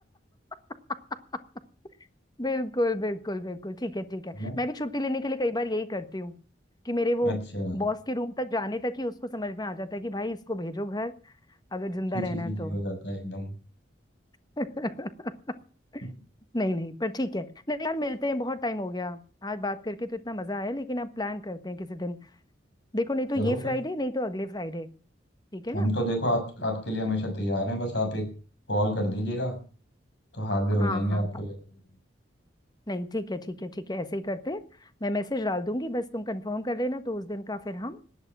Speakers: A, on the left (about 20°); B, on the left (about 65°).
A: <laughs> बिल्कुल बिल्कुल बिल्कुल ठीक है ठीक है
B: है ना
A: मैं भी छुट्टी लेने के लिए कई बार यही करती हूँ कि मेरे वो
B: अच्छा
A: बॉस के रूम तक जाने तक ही उसको समझ में आ जाता है कि भाई इसको भेजो घर अगर जिंदा
B: छी
A: रहना
B: छी छी
A: है
B: छी
A: तो
B: हो जाता है एकदम
A: <laughs>
B: <laughs>
A: नहीं नहीं पर ठीक है नहीं यार मिलते हैं बहुत टाइम हो गया आज बात करके तो इतना मजा आया लेकिन अब प्लान करते हैं किसी दिन देखो नहीं तो
B: चलो
A: ये
B: फिर
A: फ्राइडे नहीं तो अगले फ्राइडे ठीक है
B: हम
A: ना
B: तो देखो आप आपके लिए हमेशा तैयार हैं बस आप एक कॉल कर दीजिएगा तो हाजिर हो
A: हाँ
B: जाएंगे
A: हाँ
B: आपको
A: प-
B: लेने के
A: नहीं ठीक है ठीक है ठीक है ऐसे ही करते हैं मैं मैसेज डाल दूंगी बस तुम कंफर्म कर लेना तो उस दिन का फिर हम